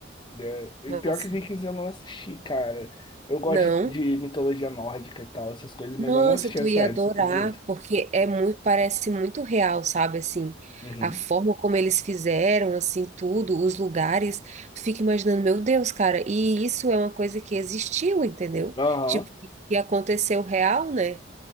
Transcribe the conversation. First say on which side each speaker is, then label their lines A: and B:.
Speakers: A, on the left (about 25°); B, on the right (about 40°).
A: É, e
B: Nossa,
A: pior que Vikings eu não assisti, cara. Eu gosto
B: não.
A: de mitologia nórdica e tal, essas coisas, mas
B: Nossa,
A: eu não assisti
B: tu
A: a série,
B: ia adorar,
A: você acredita?
B: porque é muito, parece muito real, sabe? Assim,
A: Uhum.
B: a forma como eles fizeram, assim, tudo, os lugares, tu fica imaginando, meu Deus, cara, e isso é uma coisa que existiu, entendeu?
A: Aham.
B: Tipo, que aconteceu real, né?